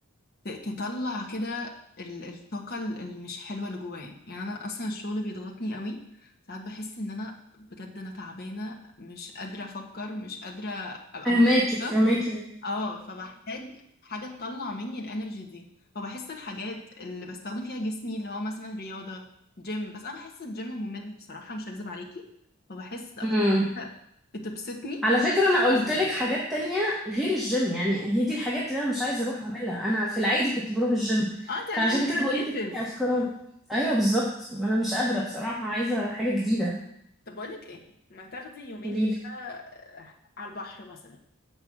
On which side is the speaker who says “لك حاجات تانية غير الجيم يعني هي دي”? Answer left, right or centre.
Centre